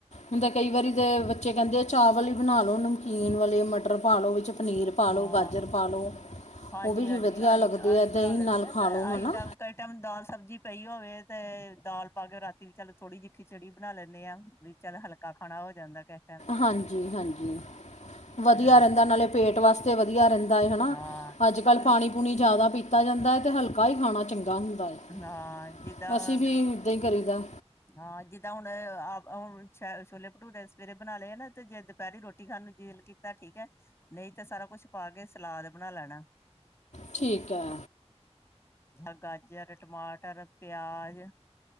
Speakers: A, on the left; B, on the left.
A: ਹੁੰਦਾ ਕਈ ਵਾਰੀ ਤਾਂ ਬੱਚੇ ਕਹਿੰਦੇ ਆ ਚਾਵਲ ਹੀ ਬਣਾ ਲਉ ਨਮਕੀਨ ਵਾਲੇ ਮਟਰ ਪਾ ਲਓ ਵਿੱਚ ਪਨੀਰ
B: ਹਾਂ
A: ਪਾ ਲਉ
B: ਹਾਂ
A: ਗਾਜਰ ਪਾ ਲਉ
B: ਹਾਂਜੀ-ਹਾਂਜੀ
A: ਉਹ ਵੀ ਵਧੀਆ
B: ਆਹੀ,
A: ਲੱਗਦੇ
B: ਆਹੀ
A: ਹੈ
B: ਬਣਾ
A: ਦਹੀਂ
B: ਲੈਂਦੇ
A: ਨਾਲ
B: ਆ
A: ਖਾ ਲਉ
B: ਆਹੀ
A: ਹੈ ਨਾ
B: ਟਾਈਮ ਕਈ ਟਾਈਮ ਦਾਲ ਸਬਜ਼ੀ ਪਈ ਹੋਵੇ ਤੇ ਦਾਲ ਪਾ ਕੇ ਰਾਤੀ ਵੀ ਚੱਲ ਥੋੜ੍ਹੀ ਜਿਹੀ ਖਿਚੜੀ ਬਣਾ ਲੈਂਦੇ ਆਾਂ ਵੀ ਚੱਲ ਹਲਕਾ ਖਾਣਾ ਹੋ ਜਾਂਦਾ ਕ
A: ਹਾਂਜੀ ਹਾਂਜੀ ਵਧੀਆ
B: ਫਿਰ
A: ਰਹਿੰਦਾ ਨਾਲੇ ਪੇਟ ਵਾਸਤੇ ਤੇ ਵਧੀਆ ਰਹਿੰਦਾ ਹੈਏ ਹੈਾ
B: ਹਾਂ
A: ਅੱਜ ਕੱਲ੍ਹ
B: ਤੁ
A: ਪਾਣੀ ਪੂਣੀ ਜ਼ਿਆਦਾ ਪੀਤਾ ਜਾਂਦਾ ਹੈ ਅਤੇ ਹਲਕਾ ਹੀ ਖਾਣਾ ਚੰਗਾ ਇੱਦਾਂ ਹੁੰਦਾ ਹੈ
B: ਹਾਂ ਜਿੱਦਾਂ
A: ਅਸੀਂ ਵੀ ਇੱਦਾਂ ਹੀ ਕਰੀਦਾ
B: ਹਾਂ ਜਿੱਦਾਂ ਹੁਣ ਹੁਣ ਛੋਲੇ ਭਟੂਰੇ ਸਵੇਰੇ ਬਣਾ ਲਏ ਆ ਨਾ ਤੇ ਜੇ ਦੁਪਹਿਰੀ ਰੋਟੀ ਖਣ ਨੂੰ ਜ ਤਾਂ ਠੀਕ ਹੈ ਨਹੀਂ ਤਾਂ ਸਾਰਾ ਕੁਛ ਪਾ ਕੇ ਸਲਾਦ ਬਣਾ ਲੈਣਾ
A: ਠੀਕ ਹੈ
B: ਜ ਗਾਜਰ ਟਮਾਟਰ ਪਿਆਜ